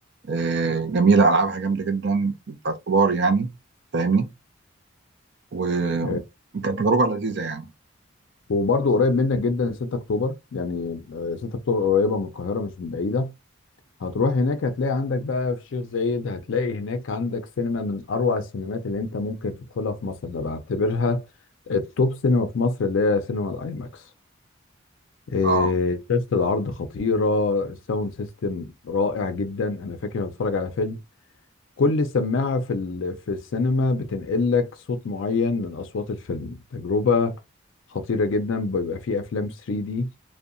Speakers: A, on the right; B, on the left.
A: آه، جميله العابها جامده جدا بتاعت كبار يعني فاهمني وكانت
B: أيوه.
A: تجربه لذيذه يعني
B: وبرضه قريب منك جدا 6 اكتوبر يعني آه، 6 اكتوبر قريبه من القاهره مش من بعيده هتروح هناك هتلاقي عندك بقى في الشيخ زايد هتلاقي هناك عندك سينما من اروع السينمات اللي انت ممكن تدخلها في مصر ده بعتبرها التوب سينما في مصر اللي هي سينما الاي ماكس إيه،
A: اه
B: شاشة العرض خطيرة الساوند سيستم رائع جدا أنا فاكر أنا بتفرج على فيلم كل سماعة في ال- في السينما بتنقل لك صوت معين من أصوات الفيلم تجربة خطيرة جدا بيبقى فيه أفلام 3D